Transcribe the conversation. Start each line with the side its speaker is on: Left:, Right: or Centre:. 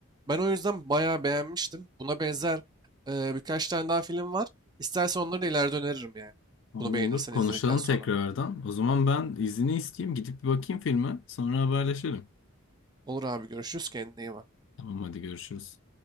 Right: Ben o yüzden bayağı beğenmiştim. Buna benzer e, birkaç tane daha film var. İstersen onları da ileride öneririm yani.
Left: Abi
Right: Bunu
Left: olur.
Right: beğenirsen
Left: Konuşalım
Right: izledikten sonra.
Left: tekrardan. O zaman ben izni isteyeyim. Gidip bir bakayım filme. Sonra haberleşelim.
Right: Olur abi görüşürüz. Kendine iyi bak.
Left: Tamam hadi görüşürüz.